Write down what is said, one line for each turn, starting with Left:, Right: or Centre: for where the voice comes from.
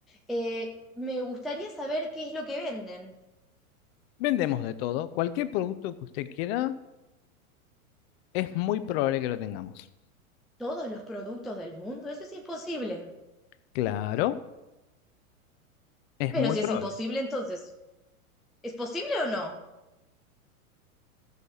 Centre: Eh, me gustaría saber qué es lo que venden.
Left: Vendemos de todo. Cualquier producto que usted quiera, es muy probable que lo tengamos.
Centre: ¿Todos los productos del mundo? Eso es imposible.
Left: Claro, es
Centre: Pero
Left: muy
Centre: si
Left: probable.
Centre: es imposible, entonces, ¿es posible o no?